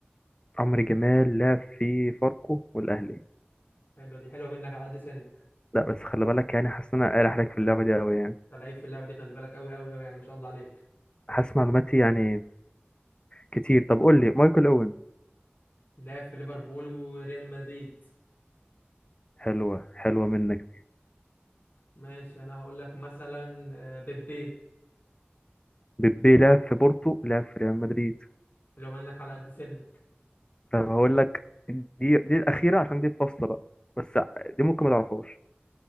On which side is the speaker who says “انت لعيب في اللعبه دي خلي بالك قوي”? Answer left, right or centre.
Left